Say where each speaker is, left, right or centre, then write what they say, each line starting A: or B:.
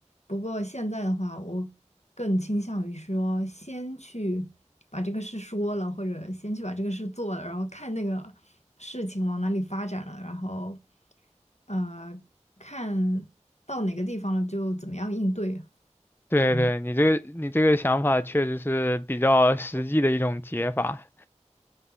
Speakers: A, on the left; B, on the left.
A: 不过现在的话，我更倾向于说，先去把这个事说了，或者先去把这个事做了，然后看那个事情往哪里发展了，然后呃，看到哪个地方了就怎么样应对。
B: 对对，
A: 嗯。
B: 你这个你这个想法确实是比较实际的一种解法，